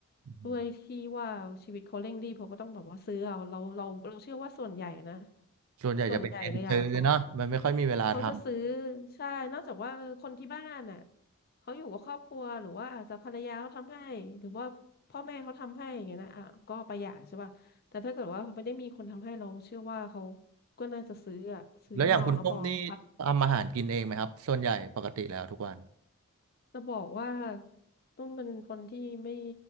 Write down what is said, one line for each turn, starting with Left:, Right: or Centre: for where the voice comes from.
Right: อืม
Left: ด้วยที่ว่าชีวิตเขาเร่งรีบเขาก็ต้องแบบว่าซื้อเอาเราเราเราเชื่อว่าส่วนใหญ่นะ
Right: ส่วนใหญ่จะเป็นเน้นซื้อเนาะมันไม่ค่อยมีเวลาท
Left: ส่วนใหญ่เลยอ่ะเขาเขาจะซื้อใช่นอกจากว่าเออคนที่บ้านอ่ะเขาอยู่กับครอบครัวหรือว่าอาจจะภรรยาเขาทำให้หรือว่าพ่อแม่เขาทำให้อย่างเงี้ยนะอ่ะก็ไปอย่างใช่ป่ะแต่ถ้าเกิดว่าเขาไม่ได้มีคนทำให้เราเชื่อว่าเขาก็น่าจะซื้ออ่ะซื้อข้างนอกแล้วพอพัก
Right: ำแล้วอย่างคุณส้มนี่ทำอาหารกินเองไหมครับส่วนใหญ่ปกติแล้วทุกวัน
Left: จะบอกว่าตุ้มเป็นคนที่ไม่